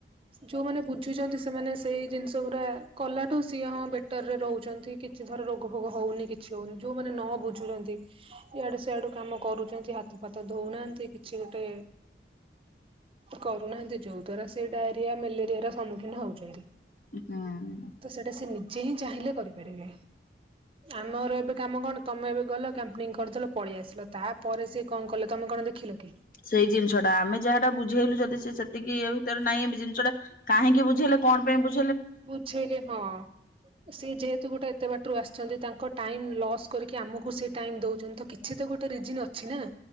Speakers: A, on the right (about 30°); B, on the left (about 50°).
A: ଯୋଉମାନେ ବୁଝୁଚନ୍ତି ସେମାନେ ସ ସେଇ ଜିନିଷ ଗୁରା କଲାଠୁ ସିଏ ହଁ ବେଟର ରେ ରହୁଛନ୍ତି କିଛି ଧର ରୋଗ ଫୋଗ ହଉନି କିଛି ହଉନି। ଯୋଉ ମାନେ ନ ବୁଝୁଛନ୍ତି ଇଆଡୁ ସଆଡୁ କାମ କରୁଛନ୍ତି ହାତ ଫାତ ଧଉନାହାନ୍ତି କିଛି ଗୋଟେ କରୁନାହାନ୍ତି ଯୋଉ ଦ୍ଵାରା ସେ ଡାଇରିଆ ମ୍ୟାଲେରିଆ ର ସମ୍ମୁଖୀନ ହଉଛନ୍ତି।
B: ହୁଁ।
A: ତ ସେଇଟା ନିଜେ ସେ ହିଁ ଚାହିଁଲେ କରିପାରିବେ ଆମର ଏବେ କାମ କଣ ତମେ ଏବେ ଗଲ କାମ୍ପେନିଙ୍ଗ କ କରିଦେଲ ପଳେଇ ଆସିଲ ତାପରେ ସେ କଣ କଲେ ତମେ କଣ ଦେଖିଲ କି?
B: ସେଇ ଜିନିଷ ଟା ଆମେ ଯାହାଟା ବୁଝେଇଲୁ ଯଦି ସେ ସେତିକି ଇଏ ନାଇଁ ଏବେ ଜିନିଷଟା କାହିଁକି ବୁଝେଇଲେ କଣ ପାଇଁ ବୁଝେ
A: ବୁଝେଇଲେ ହଁ ସେ ଯେହେତୁ ଗୋଟେ ଏତେ ବାଟରୁ ଆସିଛନ୍ତି ତାଙ୍କ ଟାଇମ ଲସ୍ କରିକି ଆମକୁ ସେ ଟାଇମ ଦଉଛନ୍ତି କିଛି ତ ଗୋଟେ ରିଜିନ୍ ଅଛି ନା।